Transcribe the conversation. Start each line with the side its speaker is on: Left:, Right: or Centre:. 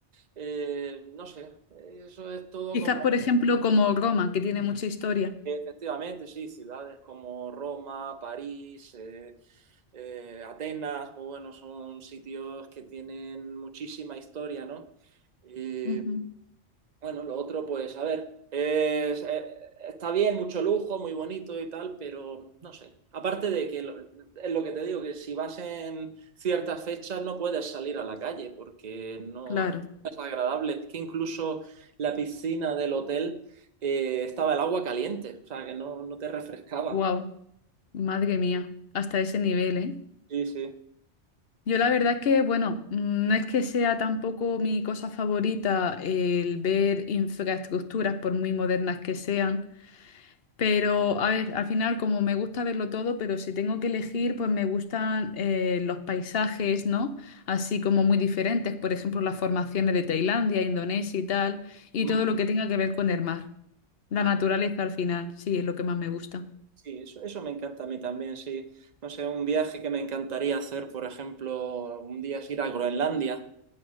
Right: eh, no sé, eso es todo
Left: Quizás,
Right: como
Left: por ejemplo, como Roma, que tiene mucha historia.
Right: Efectivamente, sí, ciudades como Roma, París, eh, eh, Atenas, pues bueno, son sitios que tienen muchísima historia, ¿no? Eh,
Left: Ujú,
Right: bueno, lo otro, pues a ver, es- eh, está bien, mucho lujo, muy bonito y tal, pero no sé. Aparte de que lo- es lo que te digo, que si vas en ciertas fechas no puedes salir a la calle porque no,
Left: Claro.
Right: no es agradable. Es que incluso la piscina del hotel eh, estaba el agua caliente, o sea que no, no te refrescaba.
Left: Wow, madre mía, hasta ese nivel, ¿eh?
Right: Sí, sí.
Left: Yo la verdad es que, bueno, mm, no es que sea tampoco mi cosa favorita el ver infraestructuras, por muy modernas que sean, pero a ver, al final como me gusta verlo todo, pero si tengo que elegir, pues me gustan eh, los paisajes, ¿no? Así como muy diferentes, por ejemplo, las formaciones de Tailandia, Indonesia y tal, y
Right: Mm.
Left: todo lo que tenga que ver con el mar. La
Right: Ah,
Left: naturaleza al final, sí, es lo que más me gusta.
Right: sí, eso, eso me encanta a mí también, sí. No sé, un viaje que me encantaría hacer, por ejemplo, un día es ir a Groenlandia.